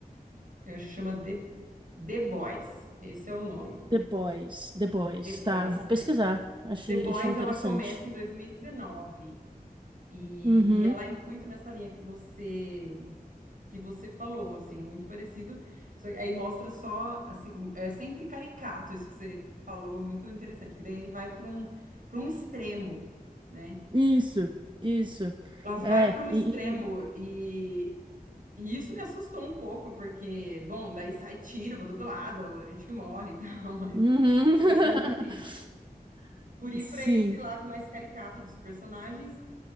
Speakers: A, on the right (about 60°); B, on the right (about 30°).
A: Eu acho que chama The, The Boys. Esse é o nome.
B: Depois, depois,
A: The
B: tá,
A: Boys.
B: eu vou pesquisar.
A: é.
B: Achei,
A: The Boys,
B: achei interessante.
A: ela começa em 2019. E,
B: Uhum.
A: e ela é muito nessa linha que você que você falou, assim, é muito parecido. Só que aí mostra só, assim, o- é sempre caricato isso que você falou, muito interessante, que daí ele vai para um para um extremo, né?
B: Isso, isso.
A: Ela
B: É,
A: vai para um
B: e,
A: extremo e, e isso me assustou um pouco, porque, bom, daí sai tiro para todo lado, a gente que morre e tal, <laughs> mas
B: Uhum.
A: por
B: <laughs>
A: conta disso. Por ir
B: Sim.
A: para esse lado mais caricato dos personagens